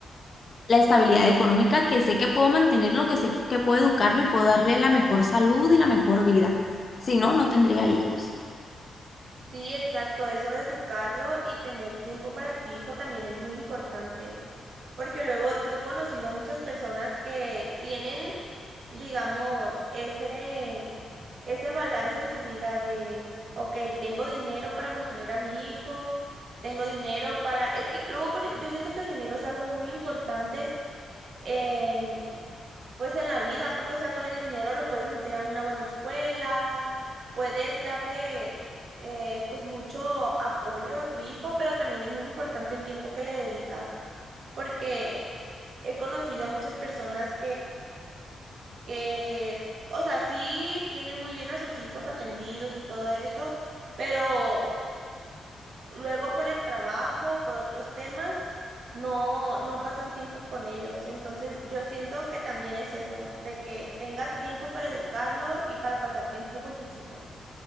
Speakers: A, on the left; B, on the right.
A: la estabilidad económica, que sé que puedo mantenerlo, que sé que puedo educarlo y puedo darle la mejor salud y la mejor vida. Si no, no tendría hijos.
B: Sí, exacto, eso de educarlo y tener tiempo para tu hijo también es muy importante, porque luego yo he conocido a muchas personas que tienen digamos, ese, ese balance en su vida de, ok, tengo dinero para mantener a mi hijo, tengo dinero para, es que luego con, el- yo siento que el dinero es algo muy importante en, pues en la vida, porque o sea, con el dinero lo puedes meter a una buena escuela, puedes darle eh, pues mucho apoyo a tu hijo, pero también es muy importante el tiempo que le dedicas, porque he conocido a muchas personas que, o sea, sí tienen muy bien a sus hijos atendidos y todo esto, pero luego por el trabajo, por otros temas, no, no pasan tiempo con ellos. Entonces, yo siento que también es eso, de que tengas tiempo para educarlo y para pasar tiempo con tus hijos.